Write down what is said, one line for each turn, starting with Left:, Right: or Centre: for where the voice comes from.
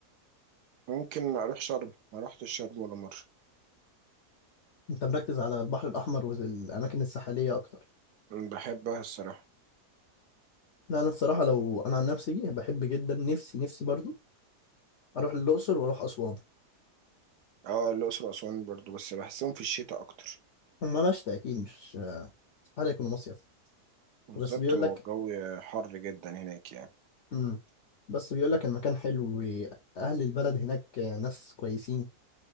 Right: ممكن اروح شرم ما رحتش شرم ولا مرة
Left: انت مركز على البحر الاحمر والاماكن الساحليه اكتر
Right: مم، بحبها الصراحة
Left: لا انا الصراحه لو انا عن نفسي بحب جدا نفسي نفسي برضو اروح الاقصر واروح اسوان
Right: اه الاقصر واسوان برضو بس بحسهم في الشتاء اكتر
Left: هما مشتى اكيد مش استحاله يكونوا مصيف
Right: بالظبط
Left: بس بيقول
Right: هو
Left: لك
Right: الجو حر جدا هناك يعني
Left: امم بس بيقول لك المكان حلو واهل البلد هناك ناس كويسين